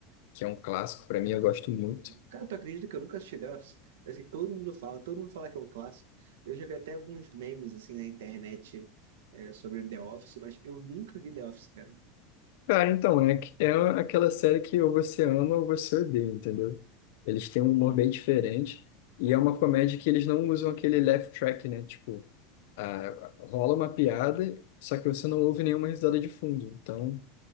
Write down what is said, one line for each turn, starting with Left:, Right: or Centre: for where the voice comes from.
Left: que é um clássico, para mim, eu gosto muito.
Right: Cara, tu acredita que eu nunca assisti Delphi? Assim, todo mundo fala, todo mundo fala que é um clássico. Eu já vi até alguns memes, assim, na internet é, sobre The Office, mas eu nunca vi The Office, cara.
Left: Cara, então, é, aqu- é aquela série que ou você ama ou você odeia, entendeu? Eles têm um humor
Right: Uhum.
Left: bem diferente e é uma comédia que eles não usam aquele laugh track, né? Tipo, a, rola uma piada, só que você não ouve nenhuma risada de fundo. Então,